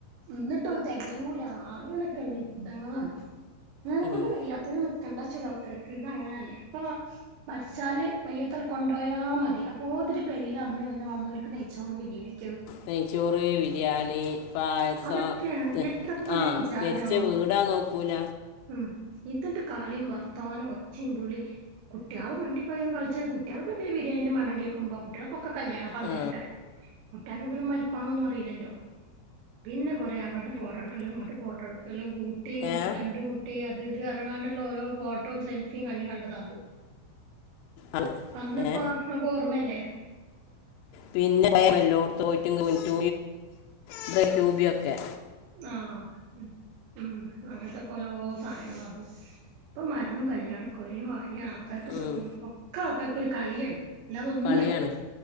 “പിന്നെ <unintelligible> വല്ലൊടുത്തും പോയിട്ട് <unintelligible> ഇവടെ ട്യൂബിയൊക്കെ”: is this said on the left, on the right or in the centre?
Left